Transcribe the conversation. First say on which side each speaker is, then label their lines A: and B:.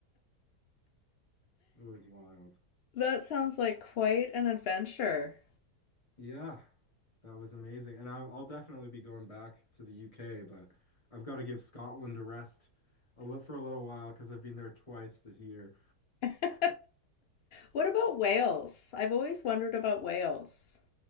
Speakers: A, on the left; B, on the left.
A: it was wild.
B: That sounds like quite an adventure.
A: Yeah, that was amazing. And I'll, I'll definitely be going back to the UK, but I've got to give Scotland a rest a li- for a little while because I've been there twice this year.
B: <laughs> What about Wales? I've always wondered about Wales.